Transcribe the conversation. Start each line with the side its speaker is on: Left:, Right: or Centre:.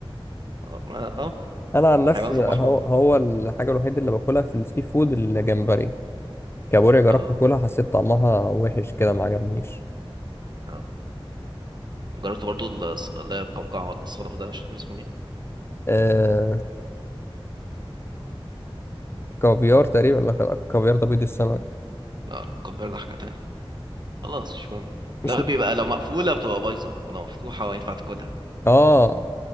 Right: اه ما- آه،
Left: انا عن
Right: حيوانات
Left: نفسي
Right: البحر
Left: هو
Right: برضه
Left: هو الحاجه الوحيده اللي باكلها في السي فود الجمبري كابوريا جربت
Right: اه
Left: اكلها حسيت طعمها وحش كده ما عجبنيش
Right: اه جربت برضه الص- اللي هي القوقعة ولا الصقر ده مش فاكر اسمه ايه
Left: آه كافيار تقريبا لا الكافيار ده بيض السمك
Right: لا القوقعة ده حاجة تانية خلاص مش مهم
Left: مش
Right: لا
Left: مهم
Right: بيبقى لو مقفولة بتبقى بايظة ولو مفتوحة ينفع تاكلها
Left: اه